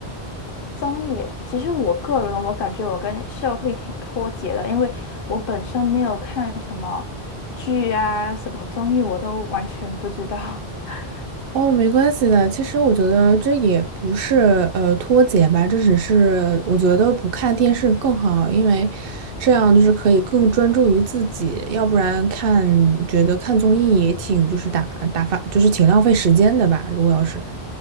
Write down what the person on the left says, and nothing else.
综艺，其实我个人我感觉我跟社会挺脱节的，因为我本身没有看什么剧啊，什么综艺我都完全不知道。<laughs>